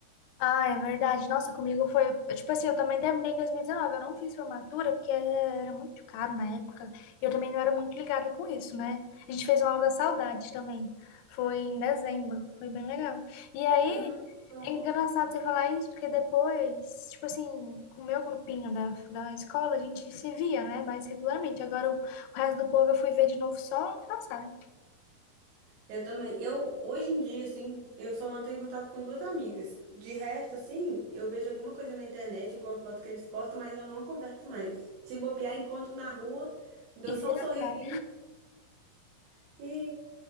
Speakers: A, on the left; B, on the right.
A: Ah, é verdade. Nossa, comigo foi. Tipo assim, eu também terminei em 2019. Eu não fiz formatura porque era muito caro na época. E eu também não era muito ligada com isso, né? A gente fez uma aula da saudade também. Foi em dezembro. Foi bem legal. E aí,
B: Ah, bom.
A: é engraçado você falar isso, porque depois, tipo assim, com o meu grupinho da, da escola, a gente se via, né? Mais regularmente. Agora, o, o resto do povo eu fui ver de novo só ano passado.
B: Eu também. Eu, hoje em dia, assim, eu só mantenho contato com duas amigas. De resto, assim, eu vejo alguma coisa na internet, alguma foto que eles postam, mas eu não converso mais. Se bobear, encontro na rua, dou
A: E
B: só
A: vira
B: um sorrisinho
A: cara.
B: e,